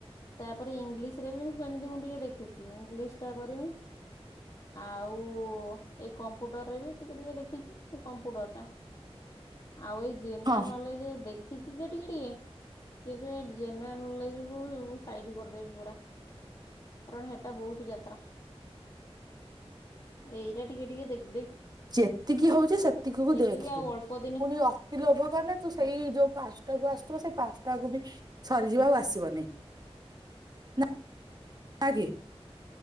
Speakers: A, on the left; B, on the right.
A: ତାପରେ ଇଂଲିଶ ରେ ସେମିତି ମୁଁ ଟିକେ ଦେଖିଛି ଇଂଲିଶ ଟା କରିବି ଆଉ ଏଇ କମ୍ପ୍ୟୁଟରରେ ବି ଟିକେ ଟିକେ ଦେଖିଛି। କମ୍ପ୍ୟୁଟର ଟା। ଆଉ ଏଇ ଜେନେରାଲ
B: ହଁ
A: ନଲେଜ ଦେଖ୍ ସିଖିଛ ଟିକେ ଟିକେ କିନ୍ତୁ ଏ ଜେନେରାଲ ନଲେଜ କୁ ସାଇଡ କରିଦେବି ପୁରା କାରଣ ହେଟା ବହୁତ ଯାତ୍ରା। ଏଇଟା ଟିକେ ଟିକେ ଦେଖ୍
B: ଯେତିକି ହଉଛି ସେତିକି କୁ
A: ଦେଖିଦେବି
B: ଦେଖେ
A: ଆଉ ଅଳ୍ପ ଦିନି
B: ପୁଣି ଅତି ଲୋଭ କଲେ ତୁ ସେଇ
A: ହଁ
B: ଯୋଉ ପାଶ୍ ଞ୍ଚଟା କୁ ଆସୁଥିବ ସେ ପାଞ୍ଚଟାକୁ ବି ସରିଯିବ ଆଉ ଆସିବନି। ନା ନାକି